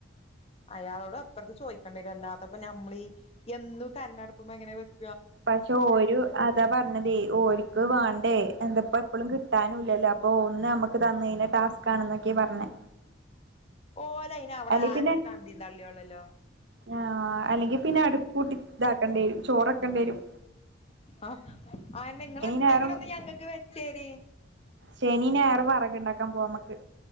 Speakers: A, on the left; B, on the right.
A: അയാളോട് അത്രക്ക് ചോയിക്കണ്ടേനു അല്ലാതപ്പ ഞമ്മളീ എന്നും കരണ്ടടുപ്പുമ്മ എങ്ങനേ വെക്
B: പക്ഷെ ഓരു അതാ പറ് ന്നതേ ഓൽക്ക് വാണ്ടേ എന്തപ്പ എപ്പളും കിട്ടാനുല്ലല്ലോ അപ്പൊ ഒന്നമ്മക്ക് തന്നീന ടാസ്ക് കാണുന്നൊരെക്കീം പറഞ്ഞ്
A: ഓലയിന് അവിടെ
B: അല്ലെയ്പിന്നെ
A: ആകെ ഒരു തന്തീം തള്ളിയൊള്ളല്ലോ
B: ആ അല്ലെങ്കി പിന്നെ അടുപ്പൂട്ടി വക്കെണ്ടേരും ചോറക്കെണ്ടേരും
A: ആ ആഹന്നെ ങ്ങളെന്തെങ്കിലൊന്ന്
B: ഞായറും
A: ഞങ്ങക്ക് വെ ച്ചേരി
B: ശനി ഞായറും വറക്ണ്ടാക്കാൻ പോവാ നമ്മക്ക്